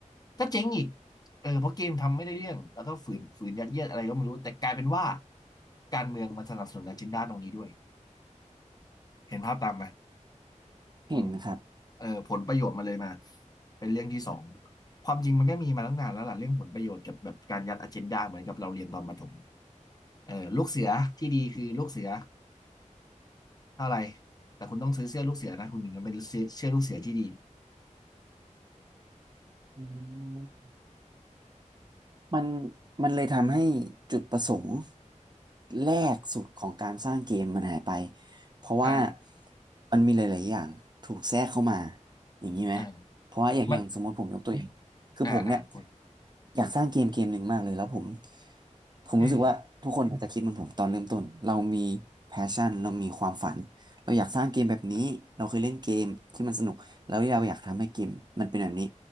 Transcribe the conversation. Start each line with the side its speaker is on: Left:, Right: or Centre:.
Left: ก็เจ๊งอีกเออเพราะเกมทำไม่ได้เรื่องแล้วก็ฝืนฝืนยัดเยียดอะไรก็ไม่รู้แต่กลายเป็นว่าการเมืองมันสนับสนุนอเจนดาตรงนี้ด้วยเห็นภาพตามไหม
Right: เห็นครับ
Left: อืม เออผลประโยชน์มันเลยมาเป็นเรื่องที่สองความจริงมันก็มีมาตั้งนานแล้วล่ะเรื่องผลประโยชน์กับแบบการยัดอเจนดาเหมือนกับเราเรียนตอนประถมเออลูกเสือที่ดีคือลูกเสือเท่าไหร่แต่คุณต้องซื้อเสื้อลูกเสือนะคุณถึงจะเป็นเสื้อเสื้อลูกเสือที่ดี
Right: อืม มันมันเลยทำให้จุดประสงค์แรกสุดของการสร้างเกมมันหายไปเพราะว่า
Left: ใช่
Right: มันมีหลายๆอย่างถูกแทรกเข้ามาอย่างนี้ไหมเพราะว่าอย่างอย่างสมมติผมยกตัวอย่างคือผมเนี่ย
Left: อ่ามันอ่าอ่าคุณ
Right: อยากสร้างเกมเกมหนึ่งมากเลยแล้วผมผมรู้สึกว่าทุกคนอาจจะคิดเหมือนผมตอนเริ่มต้นเรามี
Left: เออ
Right: passion เรามีความฝันเราอยากสร้างเกมแบบนี้เราเคยเล่นเกมที่มันสนุกแล้วเราอยากทำให้เกมมันเป็นแบบนี้